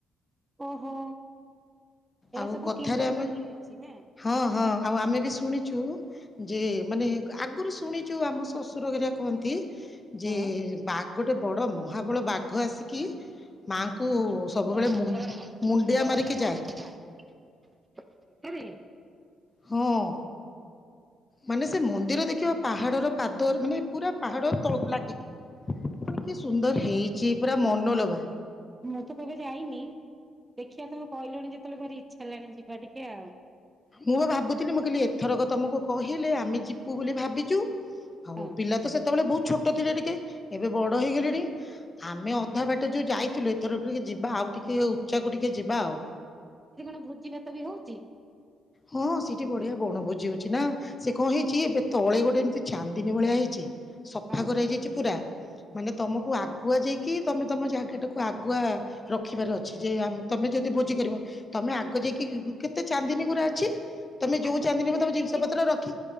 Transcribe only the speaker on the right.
ଓହୋ। ଏଇଟା
ସବୁ
କିମ୍ବଦନ୍ତୀ
ଅଛି ନା
ହଁ।
ସତରେ?
<unintelligible>
ମୁଁ
ତ
ମୁଁ ତ କେବେ ଯାଇନି। ଦେଖିବା ତମେ କହିଲଣି ଯେତେବେଳେ ଭାରି ଇଚ୍ଛା ହେଲାଣି ଯିବା ଟିକେ ଆଉ।
ହଁ।
ସେଠି କଣ ଭୋଜିଭାତ ବି ହଉଛି?
ହଁ
ଆଗ
ପଇସା
ଦେଇକି
ରଖିବ।